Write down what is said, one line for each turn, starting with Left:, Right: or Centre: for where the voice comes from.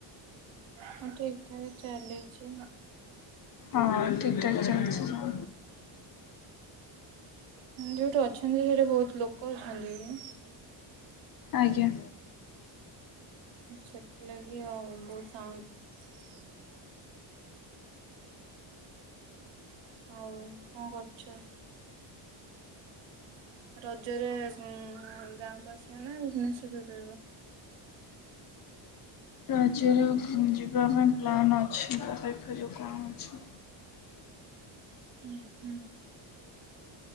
Right: ହଁ ଠିକ ଠାକ ଚାଲିଛି
Left: ହଁ ଠିକ ଠାକ୍ ଚାଲିଚି ହଁ
Right: ଯୋଉଠୁ ଅଛନ୍ତି ସେଠା ବହୁତ ଲୋକ ଅଛନ୍ତି। କି?
Left: ଆଜ୍ଞା।
Right: ସେଥିଲାଗି ଆଉ ବହୁତ ସାଉଣ୍ଡ ଆଉ କଣ କରୁଛ ରଜରେ ଗାଁକୁ ଆସିବା ନା ଭୁବନେଶ୍ୱରରେ ରହିବ।
Left: ରଜରେ ଯିବା ପାଇଁ ପ୍ଲାନ୍ ଅଛି ଦେଖାଯାଉ କ'ଣ ହଉଛି।
Right: ହୁଁ ହୁଁ।